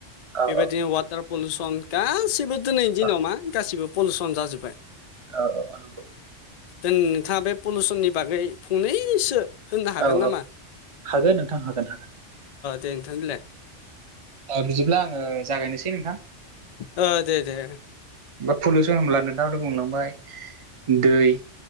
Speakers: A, on the right; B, on the left.
A: औ
B: बेबायदिनो वाटार पलिउसन गासिबो दिनैनि दिनाव
A: औ
B: मा गासिबो पलिउसन जाजोब्बाय।
A: औ औ नंगौ।
B: द नोंथाङा बे पलिउसननि बागै फंनैसो होननो हागोन
A: औ
B: नामा
A: औ हागोन नोंथां हागोन हागोन
B: दे नोंथां बेलाय
A: बिदिब्ला आङो जागायनोसै नोंथां।
B: अ आ दे दे।
A: पलिुसाव हामला नथाङ' बुंलांबाय दै